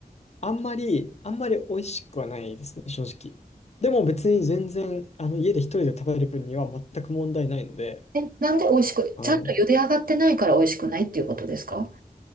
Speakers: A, on the left; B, on the right.
A: あんまり、あんまり美味しくはないですね、正直。でも別に全然、あの、家で一人で食べる分には全く問題ないので、
B: え、なんで美味しく、
A: あの、
B: ちゃんと茹で上がってないから美味しくないっていうことですか